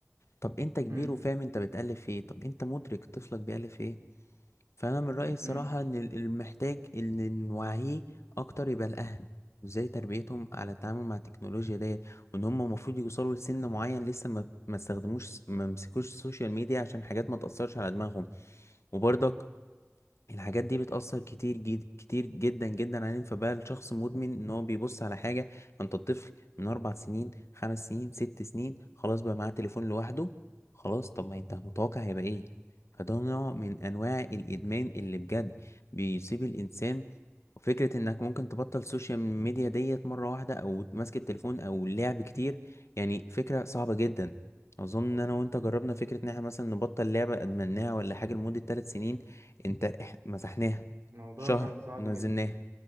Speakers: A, on the left; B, on the right.
A: طب انت كبير
B: امم
A: وفاهم انت بتألف ايه طب انت مدرك طفلك بيألف ايه فانا من رايي الصراحه
B: امم
A: ان ال- المحتاج ان نوعيه اكتر يبقى الاهل وازاي تربيتهم على التعامل مع التكنولوجيا ديت وان هم المفروض يوصلوا لسن معين لسه ما ما استخدموش ما مسكوش السوشيال ميديا عشان حاجات ما تاثرش على دماغهم وبرضك الحاجات دي بتأثر كتير جد كتير جدا جدا عليهم فبقى الشخص مدمن ان هو بيبص على حاجة ما انت الطفل من اربع سنين خمس سنين ست سنين خلاص بقى معاه تليفون لوحده خلاص طب ما انت متوقع هيبقى ايه فده نوع من انواع الادمان اللي بجد بيصيب الانسان وفكرة انك ممكن تبطل السوشيال ميديا ديت مرة واحدة او ماسك التليفون او لعب كتير يعني فكرة صعبة جدا اظن ان انا وانت جربنا فكرة ان احنا مثلا نبطل لعبة ادمناها ولا حاجة لمدة ثلاث سنين انت إح- مسحناها
B: الموضوع
A: شهر
B: كان صعب
A: ونزلناها
B: جدا